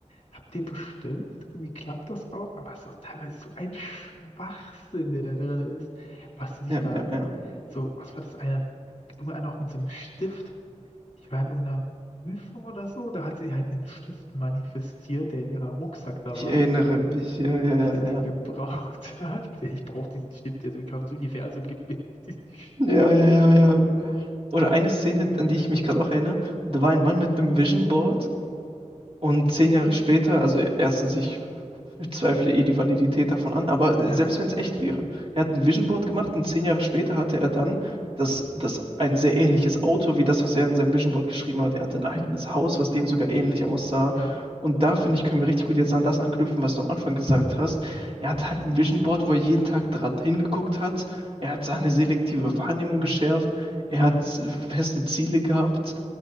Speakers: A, on the left; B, on the right.
A: habt ihr bestimmt. Irgendwie klappt das auch, aber es ist auch teilweise so ein Schwachsinn, der da drin ist, was sie sich
B: Ja,
A: da
B: ja, ja.
A: so, was war das eine? Irgendeiner auch mit so einem Stift, die war in irgendeiner Prüfung oder so, und da hat sie halt einen Stift manifestiert, der in ihrer Rucksack da
B: Ich
A: war.
B: erinnere mich. Ja, ja,
A: Weil sie
B: ja,
A: den
B: ja.
A: gebraucht <laughs> hat. Ja, ich brauche diesen Stift, der so gerade das Universum gibt mir <laughs> diesen Stift.
B: Ja, ja, ja, ja. Oder eine Szene, an die ich mich gerade auch erinnere, da war ein Mann mit einem Vision Board Und zehn Jahre später, also e-, erstens, ich zweifle eh die Validität davon an, aber selbst
A: Ja,
B: wenn es echt wäre, er hat ein Vision Board gemacht und zehn Jahre später hatte er dann das, das ein sehr ähnliches Auto wie das, was er in seinem Vision Board geschrieben hat. Er hatte ein eigenes Haus, was dem sogar ähnlich aussah.
A: ja,
B: Und da finde ich, können wir richtig gut jetzt an das anknüpfen, was du am Anfang gesagt hast. Er hat halt ein Vision Board, wo er jeden Tag dran hingeguckt hat. Er hat seine selektive Wahrnehmung
A: ja.
B: geschärft. Er
A: ja.
B: hat feste Ziele gehabt